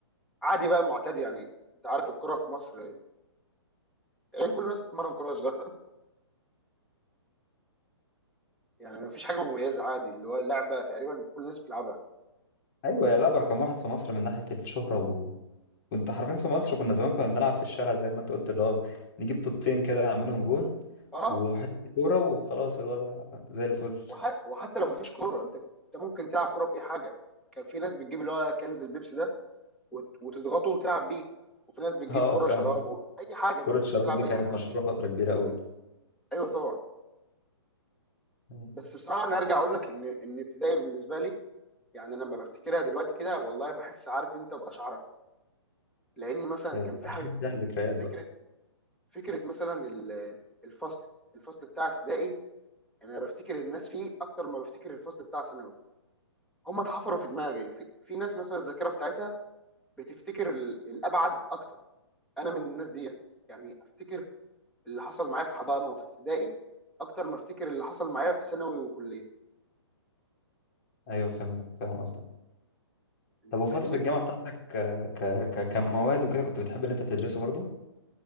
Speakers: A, in the centre; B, on the left.
A: عادي بقى معتاد يعني انت عارف الكوره في مصر آه، يعني كل الناس بتتمرن كوره صغيره <laughs> يعني مفيش حاجه مميزه عادي اللي هو لعبه تقريبا كل الناس بتلعبها
B: ايوه يا لعبه رقم واحد في مصر من ناحيه الشهره و... وانت حرفيا في مصر كنا زمان كنا بنلعب في الشارع زي ما انت قلت اللي هو نجيب طوبتين كده نعملهم جون
A: اه
B: وحته كوره وخلاص الوضع زي الفل
A: وح... وحتى لو مفيش كوره انت انت ممكن تلعب كوره باي حاجه كان في ناس بتجيب اللي هو كنز البيبسي ده وت- وتضغطه وتلعب بيه وفي ناس بتجيب
B: <laughs> اه
A: كرة
B: فعلا
A: شراب و... اي حاجه انت
B: كره
A: ممكن
B: الشراب
A: تلعب
B: دي
A: باي
B: كانت
A: حاجه حرفيا
B: مشهوره فتره كبيره قوي
A: ايوه طبعا
B: مم.
A: بس بصراحه انا ارجع اقول لك ان ان ابتدائي بالنسبه لي يعني انا لما بفتكرها دلوقتي كده والله بحس عارف انت باشعرك لان مثلا
B: ايوه
A: كان في حاجه
B: عشان
A: يعني
B: فيها ذكريات بقى
A: فكره فكره مثلا ال- الفصل الفصل بتاع ابتدائي يعني انا بفتكر الناس فيه اكتر ما بفتكر الفصل بتاع ثانوي هم اتحفروا في دماغي في, في ناس مثلا الذاكره بتاعتها بتفتكر ال- الابعد اكتر انا من الناس دي يعني افتكر اللي حصل معايا في حضانه وفي ابتدائي اكتر ما افتكر اللي حصل معايا في ثانوي وكليه
B: ايوه فهمت فاهم قصدك
A: انت
B: طب وفتره
A: فاهمني
B: الجامعه بتاعتك ك... ك... ك... كمواد وكده كنت بتحب اللي انت بتدرسه برضه